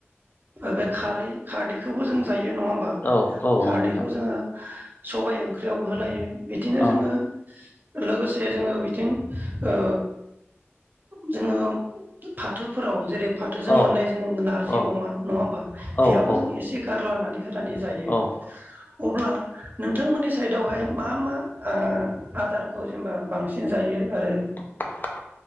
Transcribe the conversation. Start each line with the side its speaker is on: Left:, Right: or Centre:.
Right: बे खारै-खारदैखौबो जों जायो नङा होमबा?
Left: औ औ नंगौ
Right: खारदैखौ
Left: नोंथां
Right: जोङो सबाय ओंख्रियावबो होलायो बिदिनो
Left: औ
Right: जोङो लोगोसे जोङो बिथिं ओ जोङो फाथोफोराव जेरै फाथोजों
Left: औ
Right: मोननाय जों नार्जि
Left: औ
Right: अमा नङा होमबा बेयाव
Left: औ
Right: जों एसे गारलानानै होनानै जायो।
Left: औ अ
Right: अब्ला नोंथांमोननि साइडआवहाय मा मा आ आदारखौ जेनेबा बांसिन जायो आरो
Left: <unintelligible>